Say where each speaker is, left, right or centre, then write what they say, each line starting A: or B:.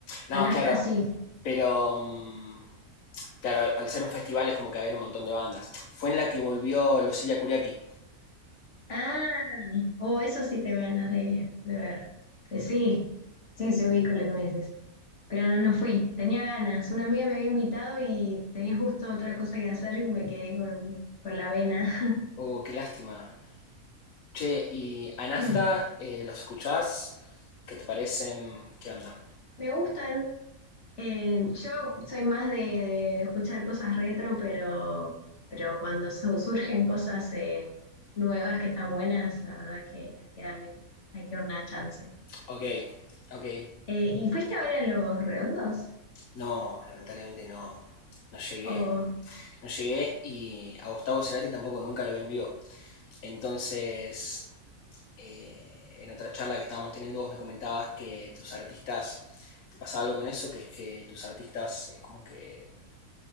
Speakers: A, on the left (about 65°); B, on the left (about 50°).
A: No,
B: A Nafta
A: claro,
B: sí.
A: pero mm, claro, al ser un festival es como que había un montón de bandas. Fue en la que volvió Losilia Kuriaki.
B: Ah, o eso sí te ganas de, de ver. Eh, sí, sí, se ubico lo que me decís. Pero no, no fui. Tenía ganas. Una amiga me había invitado y tenía justo otra cosa que hacer y me quedé con, con la vena. <clears throat>
A: Oh, qué lástima. Che, y a Nafta,
B: <laughs>
A: eh, ¿los escuchás? ¿Qué te parecen? ¿Qué onda?
B: Me gustan. Eh, yo soy más de, de escuchar cosas retro, pero, pero cuando su- surgen cosas eh, nuevas que están buenas, la verdad que hay que darle, hay que dar una chance.
A: Ok, ok.
B: Eh, ¿y fuiste a ver a los redondos?
A: No, lamentablemente no. No llegué.
B: O
A: No llegué y a Gustavo Cerati tampoco nunca lo vi en vivo. Entonces, eh, en otra charla que estábamos teniendo vos me comentabas que tus artistas, ¿te pasaba algo con eso? Que es que tus artistas es como que